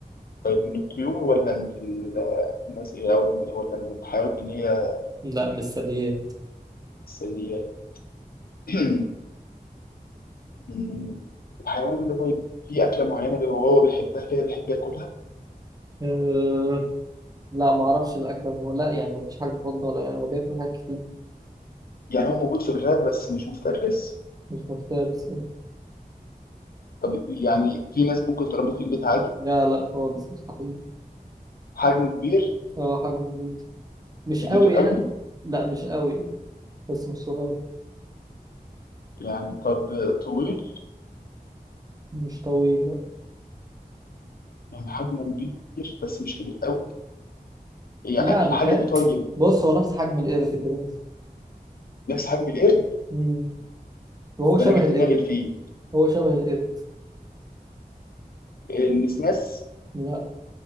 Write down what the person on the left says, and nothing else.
من الطيور ولا من ال- آه، الناس إيه، او من- ولا من الحيوانات اللي هي
الثدييات <clears throat> مم. الحيوان ده طيب في اكله معينه بيبقى هو بيحبها كده بيحب ياكلها
يعني هو موجود في الغابة بس مش مفترس
طب يعني في ناس ممكن تربي في البيت عادي
حجمه كبير
كبير
قوي
يعني طب طويل
يعني حجمه كبير بس مش كبير قوي يعني
الحاجة
دي طيب
نفس حجم القرد
ده
أنا جه
في دماغي الفيل
النسناس